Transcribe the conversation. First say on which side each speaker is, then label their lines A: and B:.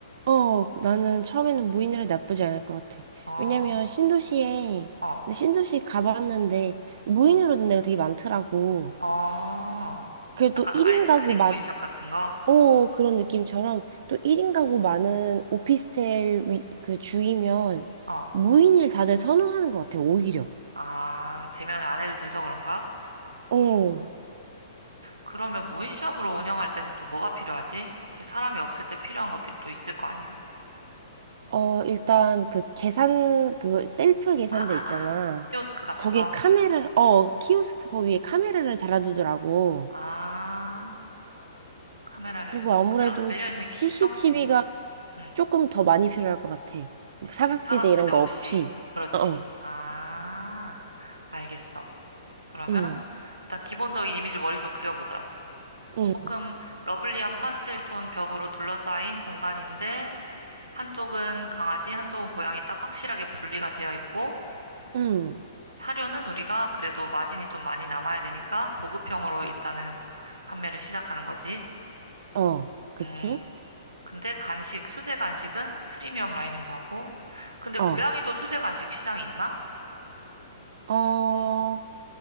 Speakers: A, on the right; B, on the right.
A: 어, 나는 처음에는 무인으로 나쁘지 않을 것 같아.
B: 어
A: 왜냐면, 신도시에,
B: 어,
A: 근데 신도시 가봤는데, 무인으로
B: 어,
A: 된 데가 되게 많더라고.
B: 어.
A: 그래도
B: 약간
A: 1인
B: 아이스크림
A: 가구
B: 무인샵 같은 거?
A: 어, 그런 느낌처럼 또 1인 가구 많은 오피스텔 위, 그 주이면
B: 어.
A: 무인을 다들 선호하는 것 같아, 오히려.
B: 아, 대면을 안 해도 돼서 그런가?
A: 어,
B: 그러면 무인샵으로 운영할 때는 또 뭐가 필요하지? 이게 사람이 없을 때 필요한 것들이 또 있을 거 아니야?
A: 어, 일단 그 계산, 그 셀프 계산대
B: 아, 아,
A: 있잖아.
B: 아. 키오스크 같은
A: 거기에
B: 거?
A: 카메라,
B: 계단.
A: 어, 키오스크 거기에 카메라를 달아두더라고.
B: 아, 카메라를,
A: 그리고 아무래도
B: 카메라가 달려있는
A: CCTV가
B: 기- 기성품. 응.
A: 조금 더 많이 필요할 것 같아.
B: CCTV
A: 막 사각지대
B: 사각지대
A: 이런 거
B: 없이.
A: 없이.
B: 그렇지.
A: 어, 어.
B: 아, 알겠어. 그러면
A: 응,
B: 일단 기본적인 이미지를 머릿속에 그려보자.
A: 응,
B: 조금 러블리한 파스텔 톤 벽으로 둘러싸인 공간인데 한쪽은 강아지, 한쪽은 고양이 딱 확실하게 분리가 되어 있고
A: 응.
B: 사료는 우리가 그래도 마진이 좀 많이 남아야 되니까 보급형으로 일단은 판매를 시작하는 거지.
A: 어, 그치?
B: 음, 근데 간식, 수제 간식은 프리미엄 라인으로 가고 근데
A: 어,
B: 고양이도 수제 간식 시장이 있나?
A: 어.